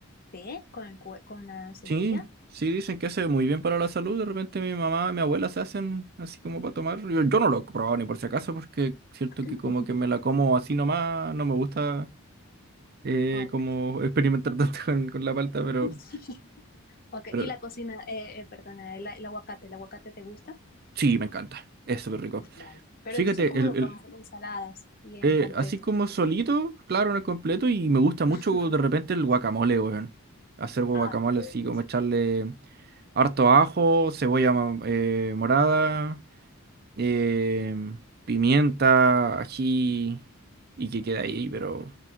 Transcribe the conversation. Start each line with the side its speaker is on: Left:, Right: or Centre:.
Left: ¿Té con el cue- con la semilla?
Right: Sí, sí, dicen que hace muy bien para la salud. De repente mi mamá y mi abuela se hacen así como para tomar. Yo, yo no lo he probado ni por si acaso, porque cierto
Left: <laughs>
Right: que como que me la como así nomás, no me gusta eh,
Left: Ok.
Right: como experimentar <laughs> tanto con, con la palta, pero...
Left: <laughs> Ok,
Right: Pero
Left: y la cocina, eh, eh, perdona, el, el aguacate, ¿el aguacate te gusta?
Right: Sí, me encanta. Es súper rico.
Left: Vale. Pero
Right: Fíjate,
Left: entonces, ¿cómo
Right: el,
Left: lo
Right: el-
Left: comes en ensaladas y en
Right: eh,
Left: completo?
Right: así como solito, claro, no es completo y me gusta mucho
Left: <laughs>
Right: de repente el guacamole, weón. Hacer guacamole
Left: Ay, qué
Right: así,
Left: delicia.
Right: como echarle harto ajo, cebolla ma- eh, morada, eh, pimienta, ají y que queda ahí, pero...